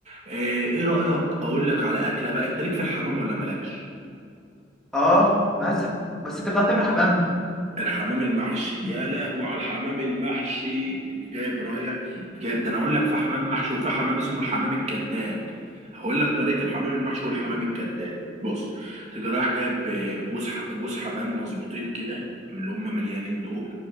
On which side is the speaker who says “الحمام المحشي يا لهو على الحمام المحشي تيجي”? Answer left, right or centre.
Right